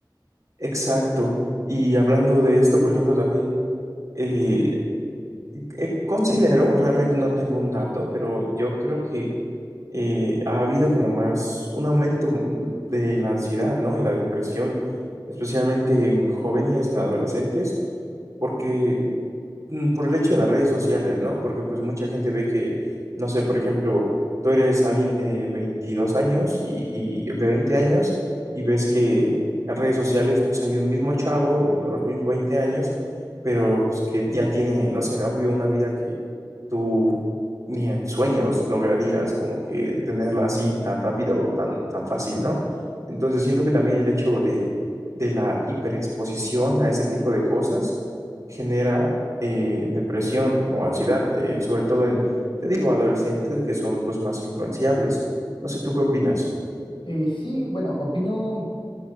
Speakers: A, on the right; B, on the left.
A: Exacto. Y hablando de esto, por ejemplo, también eh, eh, considero, realmente no tengo un dato, pero yo creo que eh, ha habido como más un aumento mm, de la ansiedad, ¿no? Y la depresión, especialmente en jóvenes, en adolescentes, porque mm, por el hecho de las redes sociales, ¿no? Porque pues mucha gente ve que, no sé, por ejemplo, tú eres alguien de 22 años y, y de 20 años y ves que en redes sociales pues, hay un mismo chavo de los mismos 20 años, pero pues que ya tiene, no sé, ¿no? Vive una vida que tú ni en sueños lograrías como que tenerla así tan rápido o tan, tan fácil, ¿no? Entonces siento que también el hecho de, de la hiperexposición a ese tipo de cosas genera eh, depresión o ansiedad, eh, sobre todo en, te digo, adolescentes que son pues más influenciables. No sé, ¿tú qué opinas?
B: Eh, sí, bueno, opino